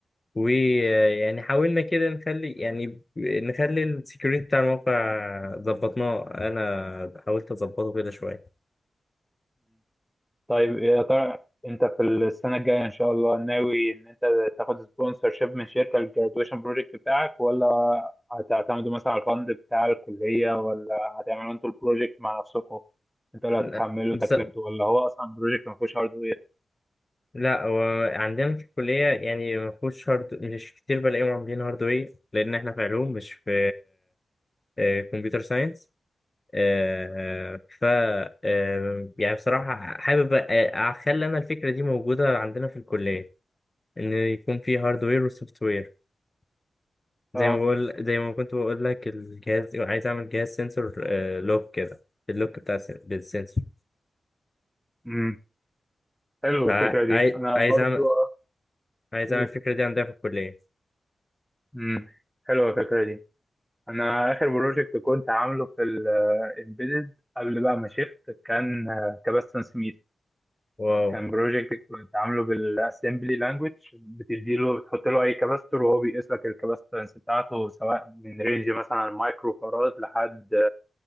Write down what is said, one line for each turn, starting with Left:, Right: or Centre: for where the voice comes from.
Left: ويعني حاولنا كده نخلي يعني ب- نخلي السكيورتي بتاع الموقع ظبطناه انا حاولت اظبطه كده شوية
Centre: طيب يا ترى انت في السنة الجاية ان شاء الله ناوي ان انت تاخد سبونسر شيب من شركة الجرادويشن بروجكت بتاعك ولا هتعتمدوا مثلا على الفند بتاع الكلية ولا هتعملوا انتوا البروجكت مع نفسكم انتوا اللي
Left: لا
Centre: هتتحملوا
Left: بس
Centre: تكلفته ولا هو اصلا بروجكت ما فيهوش هاردوير
Left: لا هو عندنا في الكلية يعني ما فيهوش هارد مش كتير بلاقيهم عاملين هاردوير لأن احنا في علوم مش في آه، كمبيوتر ساينس آه، ف آه، يعني بصراحة حابب آه، أخلي أنا الفكرة دي موجودة عندنا في الكلية إن يكون في هاردوير وسوفت وير زي
Centre: اه
Left: ما بقول زي ما كنت بقول لك الجهاز عايز أعمل جهاز سنسور لوك كده اللوك بتاع السن- بالسنسور
Centre: امم حلو
Left: فعايز
Centre: الفكرة دي انا
Left: عايز
Centre: برضو
Left: أعمل عايز
Centre: اقول
Left: أعمل الفكرة دي عندنا في الكلية
Centre: امم حلوة الفكرة دي انا اخر بروجكت كنت عامله في الامبيدد قبل بقى ما شفت كان كباستنس
Left: واو
Centre: كان بروجكت كنت عامله بالاسمبلي لانجوج بتديله بتحط له اي كاباستور وهو بيقيس لك الكاباستنس بتاعته سواء من رينج مثلا مايكرو فاراد لحد